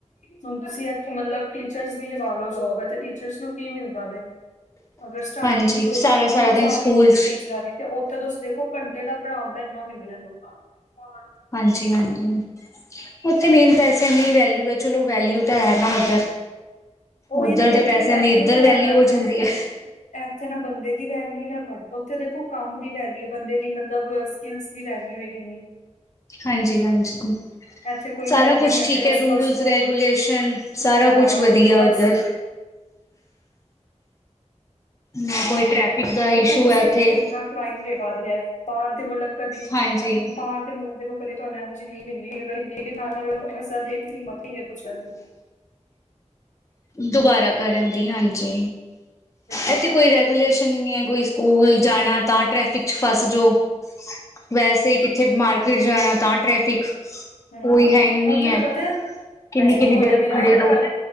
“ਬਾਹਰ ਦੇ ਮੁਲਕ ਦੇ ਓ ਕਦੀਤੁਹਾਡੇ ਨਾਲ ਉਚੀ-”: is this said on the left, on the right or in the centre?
Left